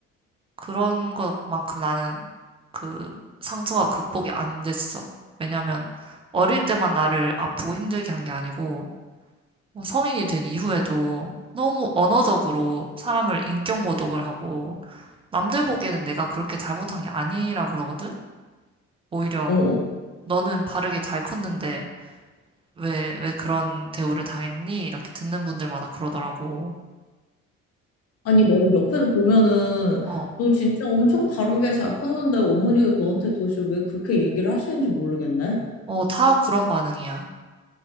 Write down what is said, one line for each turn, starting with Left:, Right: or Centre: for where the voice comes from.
Right: 그런 것만큼 나는 그 상처가 극복이 안 됐어. 왜냐면 어릴 때만 나를 아프고 힘들게 한 게 아니고 뭐 성인이 된 이후에도 너무 언어적으로 사람을 인격 모독을 하고 남들 보기에는 내가 그렇게 잘못한 게 아니라 그러거든? 오히려
Left: 어, 어,
Right: 너는 바르게 잘 컸는데 왜, 왜 그런 대우를 당했니? 이렇게 듣는 분들마다 그러더라고.
Left: 아니, 내가 옆에서 보면은
Right: 어,
Left: 너 진짜 엄청 다르게 잘 컸는데 어머니가 너한테 도대체 왜 그렇게 얘기를 하시는지 모르겠네.
Right: 어, 다 그런 반응이야.